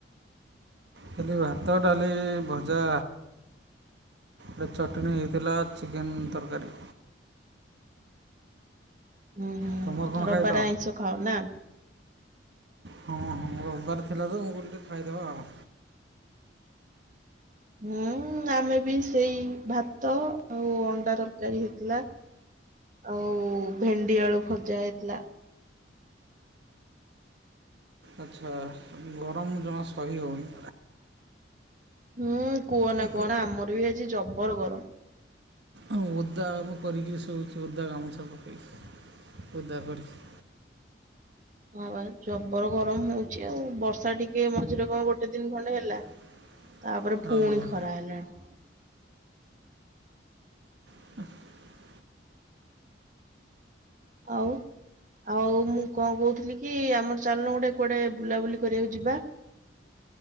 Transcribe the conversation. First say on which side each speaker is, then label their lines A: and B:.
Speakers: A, on the right; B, on the right.
A: ଖାଲି ଭାତ, ଡାଲି, ଭଜା। ଗୋଟେ ଚଟଣୀ ହେଇଥିଲା, ଚିକେନ ତରକାରୀ।
B: ହୁଁ ହୁଁ
A: ତୁମେ କଣ
B: ରବିବାରେ
A: ଖାଇଲ
B: ଆଇଁଷ ଖାଅ ନା?
A: ହଁ ହଁ ରବିବାର ଥିଲା ତ ମୁଁ କହିଲି ଟିକେ ଖାଇଦେବା ଆଉ।
B: ହୁଁ ଆମେ ବି ସେଇ ଭାତ ଆଉ ଅଣ୍ଡା ତରକାରୀ ହେଇଥିଲା ଆଉ ଭେଣ୍ଡି ଆଳୁ ଭଜା ହେଇଥିଲା
A: ଆଚ୍ଛା ଗରମ ଜମା ସହି ହଉନି
B: ହୁଁ କୁହନା
A: କି
B: କୁହନା ଆମର ବି ଆଜି ଜବର ଗରମ
A: ମୁଁ ଓଦା ମୁଁ କରିକିରି ଶୋଇଛି ଓଦା ଗାମୁଛା ପକେଇଛି ଓଦା କରିକି
B: ହଁ ବା ଜବର ଗରମ ହଉଛି ଆଉ ବର୍ଷା ଟିକେ ମଝିରେ କଣ ଗୋଟେ ଦିନ ଖଣ୍ଡେ ହେଲା
A: <inaudible>
B: ତାପରେ
A: ହଁ
B: ପୁଣି ଖରା ହେଲାଣି,
A: <inaudible>
B: ଆଉ ଆଉ ମୁଁ କଣ କହୁଥିଲି କି ଆମର ଚାଲୁନ ଗୁଟେ କୁଆଡେ ବୁଲାବୁଲି କରିବାକୁ ଯିବା